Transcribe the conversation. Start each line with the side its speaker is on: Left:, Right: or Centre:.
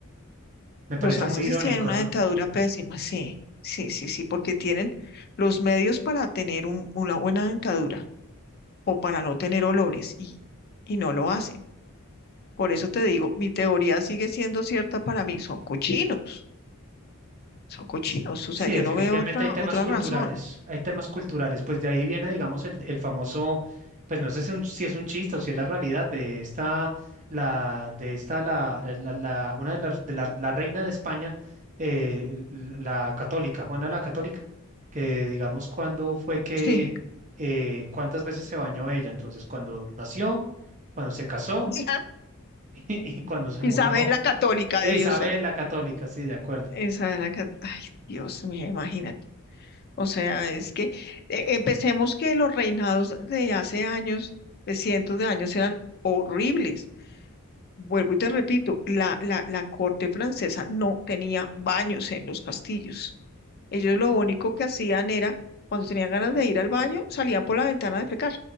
Right: Me
Left: Los
Right: parece
Left: franceses
Right: muy irónico,
Left: tienen una
Right: ¿no?
Left: dentadura pésima, sí, sí, sí, sí, porque tienen los medios para tener un- una buena dentadura o para no tener olores y, y no lo hacen. Por eso te digo, mi teoría sigue siendo cierta para mí, son cochinos, son cochinos,
Right: S-
Left: o
Right: Sí,
Left: sea, yo
Right: definitivamente
Left: no veo otra,
Right: hay temas
Left: otra
Right: culturales,
Left: razón.
Right: hay temas culturales, pues de ahí viene, digamos, el, el famoso, pues no sé si, un- si es un chiste o si es la realidad de esta, la, de esta, la, eh, la- la- una de las, de la, la reina de España, eh, l- l- la católica, Juana la Católica, que digamos cuándo fue que,
Left: Sí,
Right: eh, cuántas veces se bañó ella, entonces cuando nació, cuando se casó
Left: <laughs>
Right: <laughs> y, y cuando se
Left: Isabel
Right: murió.
Left: la católica
Right: E
Left: debió
Right: Isabel
Left: ser.
Right: la Católica, sí, de acuerdo,
Left: Isabel la católica, ay, Dios mío, imagínate. O sea, es que eh, empecemos que los reinados de hace años, de cientos de años, eran horribles. Vuelvo y te repito, la, la, la corte francesa no tenía baños en los castillos. Ellos lo único que hacían era, cuando tenían ganas de ir al baño, salían por la ventana a defecar